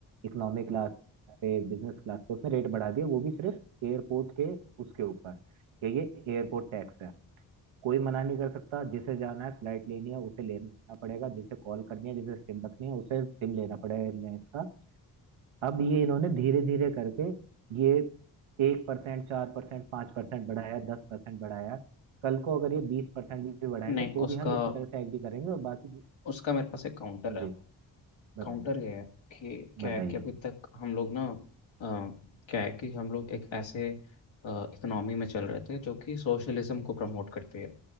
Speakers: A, on the right; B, on the left.
A: इकोनॉमिक क्लास पे बिजनेस क्लास पे उसने रेट बढ़ा दिए वो भी सिर्फ एयरपोर्ट के उसके ऊपर कि ये एयरपोर्ट टैक्स है कोई मना नहीं कर सकता जिसे जाना है फ्लाइट लेनी है उसे लेना पड़ेगा जिसे कॉल करनी है जिसे सिम रखनी है उसे सिम लेना पड़ेगा एयरलाइंस का अब ये इन्होंने धीरे धीरे करके ये एक परसेंट चार परसेंट पांच परसेंट बढ़ाया दस परसेंट बढ़ाया कल को अगर ये बीस परसेंट भी बढ़ाएंगे
B: नहीं
A: तो
B: उसका
A: भी हम इसी तरह से एग्री करेंगे और बाकी जी
B: उसका मेरे पास एक काउंटर
A: जी,
B: है
A: बताइए
B: काउंटर गया है कि क्या
A: बताइए
B: है कि अभी तक हम लोग ना अ, क्या है कि हम लोग एक ऐसे इकोनॉमी में चल रहे थे जो कि सोशलिज्म को प्रमोट करती है